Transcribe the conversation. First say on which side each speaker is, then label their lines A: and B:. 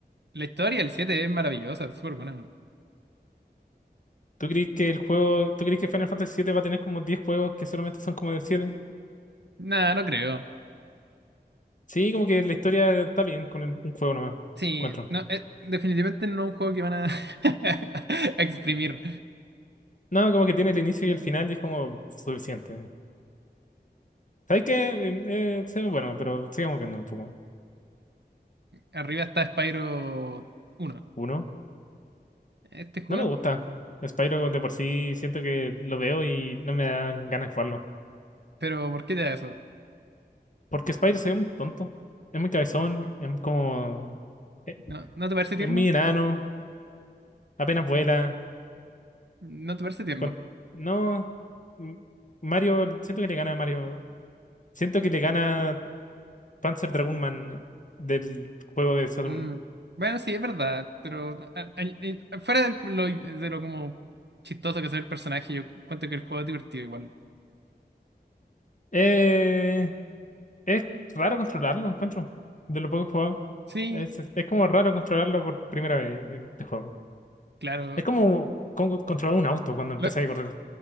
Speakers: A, on the right; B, on the left.
A: La historia el 7 es maravillosa, es súper buena.
B: ¿Tú crees que el juego, tú crees que Final Fantasy 7 va a tener como 10 juegos que solamente son como del siete
A: Nah, no creo.
B: Sí, como que la historia está bien con el- un juego nomás,
A: Sí,
B: encuentro.
A: no, eh, definitivamente no es un juego que van a, <laughs> a exprimir.
B: No, como que tiene el inicio y el final y es como suficiente. ¿Sabes qué? Eh, eh, sí, bueno, pero sigamos viendo un poco.
A: Arriba está Spyro uno
B: Uno,
A: Este juego,
B: no me gusta. Spyro de por sí siento que lo veo y no me dan ganas de jugarlo.
A: pero ¿por qué te da eso?
B: Porque Spyro se ve muy tonto. Es muy cabezón, es como Es,
A: ¿No, no te parece
B: es
A: tierno?
B: muy enano, apenas vuela.
A: ¿No te parece tierno?
B: con- No, m- Mario, siento que le gana a Mario. Siento que le gana Panzer Dragoon Man del juego de Saturn.
A: Mm, Bueno, sí, es verdad, pero a- a- y- fuera de lo, de lo como chistoso que es el personaje, yo cuento que el juego es divertido igual.
B: Eh, es raro controlarlo, encuentro. De lo poco que he jugado.
A: Sí,
B: Es, es como raro controlarlo por primera vez en este juego.
A: claro.
B: Es como, como controlar un auto cuando empezáis
A: Lo,
B: a correr.